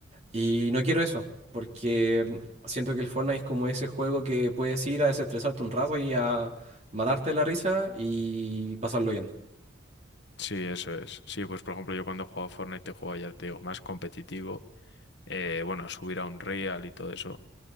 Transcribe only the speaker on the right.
Y no quiero eso, porque siento que el Fortnite es como ese juego que puedes ir a desestresarte un rato y a matarte la risa y pasarlo bien.